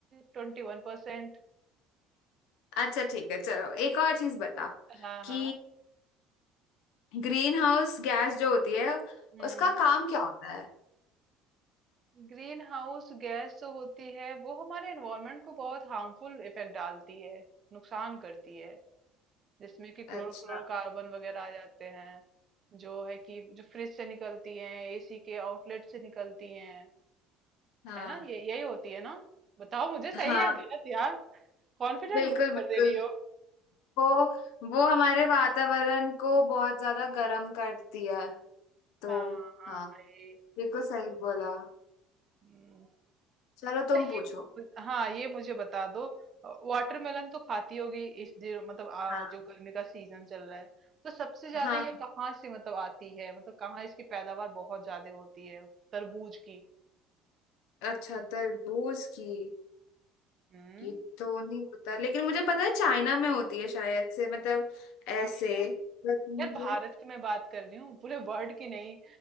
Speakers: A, on the right; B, on the left.
A: ट्वेंटी वन परसेंट
B: अच्छा ठीक है चलो एक और चीज बता
A: हाँ
B: कि
A: हाँ
B: ग्रीन हाउस गैस जो होती है
A: हम्म
B: उसका काम क्या होता है
A: ग्रीन हाउस गैस जो होती है वो हमारे एनवायरनमेंट को बहुत हार्मफुल इफेक्ट डालती है नुकसान करती है जिसमें कि
B: अच्छा
A: क्लोरोफ्लोरोकार्बन वगैरह आ जाते हैं जो है कि जो फ्रिज से निकलती हैं एसी के आउटलेट से निकलती हैं
B: हाँ
A: है ना ये यही होती है ना बताओ मुझे सही
B: हाँ
A: है गलत यार कॉन्फिडेंट
B: बिल्कुल
A: लूज कर
B: बिल्कुल
A: दे रही हो
B: वो वो हमारे वातावरण को बहुत ज्यादा गर्म करती है तो
A: हाँ हाँ
B: हाँ
A: ये
B: बिल्कुल सही बोला
A: हम्म,
B: चलो
A: अच्छा
B: तुम
A: ये
B: पूछो
A: हाँ ये मुझे बता दो वाटरमेलन तो खाती होगी इस दिन मतलब आ,
B: हाँ
A: जो गर्मी का सीजन चल रहा है तो सबसे ज्यादा
B: हाँ
A: ये कहाँ से मतलब आती है मतलब कहाँ इसकी पैदावार बहुत ज्यादा होती है तरबूज की
B: अच्छा तरबूज की
A: हम्म
B: ये तो नहीं पता लेकिन मुझे पता है चाइना में होती है शायद से मतलब ऐसे
A: चाइना
B: बट मुझे
A: यार भारत की मैं बात कर रही हूँ पूरे वर्ल्ड की नहीं